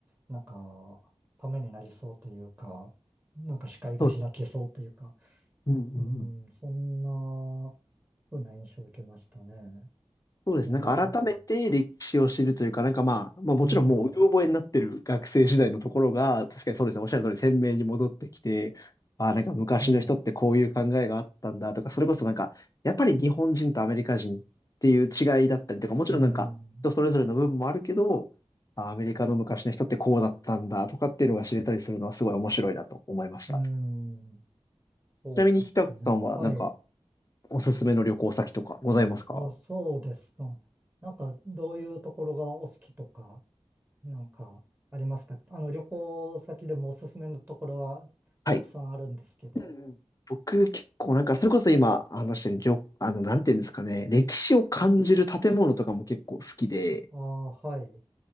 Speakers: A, on the right; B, on the left.
A: なんか、ためになりそうというか、なんか視界が開けそうというか、
B: そうです。うんうんうん
A: うん、そんな風な印象を受けましたね。
B: そうですね。
A: ええ、
B: なんか改めて歴史を知るというか、なんかまあ、まあもちろんもううろ覚えになってる学生時代のところが、
A: うん、
B: 確かにそうですね。おっしゃる通り鮮明に戻ってきて、ああ、なんか昔の人ってこういう考えがあったんだとか、
A: ええ、
B: それこそなんか、やっぱり日本人とアメリカ人っていう違いだったりとか、もちろんなんか人それぞれの部分もあるけど、
A: うん、
B: ああアメリカの昔の人ってこうだったんだとかっていうのが知れたりするのはすごい面白いなと思いました。
A: うん、そうですね。
B: ちなみに、ひたくさんはなんか
A: はい。
B: おすすめの旅行先とかございますか
A: あ、そうですか。なんか、どういうところがお好きとか、なんか、ありますかあの、旅行先でもおすすめのところはたくさんあるんですけど。
B: はいうんうん。僕結構なんか、それこそ今話してる旅、あの、なんていうんですかね、歴史を感じる建物とかも結構好きで、
A: ああ、はい。